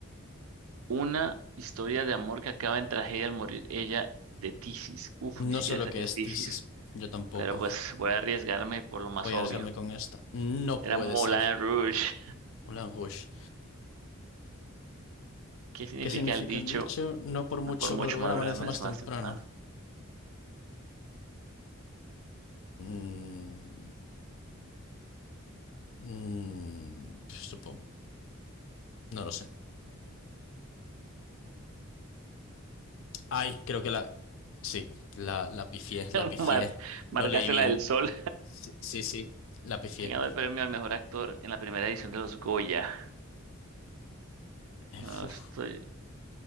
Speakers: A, on the right; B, on the left.
A: una historia de amor que acaba en tragedia al morir ella de tisis? Uf, ni
B: No
A: siquiera
B: sé lo
A: sé
B: que
A: qué
B: es
A: es tisis,
B: Thesis, yo tampoco.
A: pero pues voy a arriesgarme por lo más
B: Voy
A: obvio.
B: a arriesgarme con esta. No
A: Era
B: puede
A: Moulin
B: ser.
A: Rouge.
B: Moulin Rouge.
A: ¿Qué significa
B: ¿Qué significa
A: el dicho?
B: el dicho? No por mucho
A: "No Por mucho
B: madrugar
A: madurar
B: amanece más
A: es
B: temprano.
A: más pan.
B: Mm, mm, supongo. No lo sé. Ay, creo que la... Sí, la, la pifié, la
A: <laughs>
B: pifié.
A: Mar
B: No
A: marcaste
B: leí bien.
A: la del sol.
B: Sí, sí, sí, la pifié.
A: ¿Quién ganó el premio al mejor actor en la primera edición de los Goya?
B: Eh,
A: Ah,
B: uf.
A: estoy...